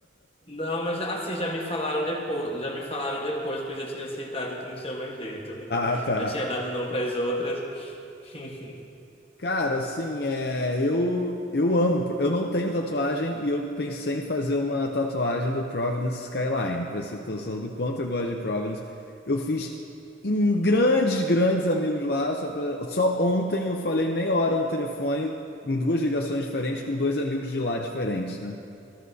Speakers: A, on the left; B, on the left.
A: Não, mas assim, já me falaram depois, já me falaram depois que eu já tinha aceitado que não tinha mais jeito. <laughs>
B: Ah, tá.
A: Eu tinha dado não para as outras. <laughs>
B: Cara, assim, é, eu, eu amo. Eu não tenho tatuagem e eu pensei em fazer uma tatuagem do Providence Skyline, pra você ter noção do quanto eu gosto de Providence. Eu fiz em grandes, grandes amigos lá. Só, pra- só ontem eu falei meia hora no telefone, em duas ligações diferentes, com dois amigos de lá diferentes, né?